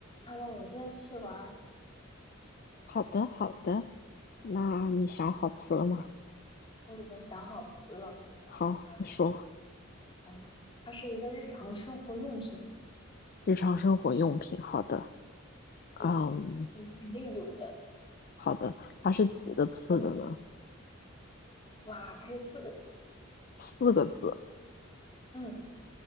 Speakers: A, on the left; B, on the left.
A: Hello，我们今天继续玩儿。
B: 好的，好的。那你想好词了吗？
A: 我已经想好词了
B: 好，
A: 啊，
B: 你说。
A: 哦，它是一个日常生活用品，
B: 日常生活用品，好的。
A: 对，
B: 嗯，
A: 你肯定有的。
B: 好的。它是几个字的呢？
A: 嗯，哇，它是四个字。
B: 四个字，
A: 嗯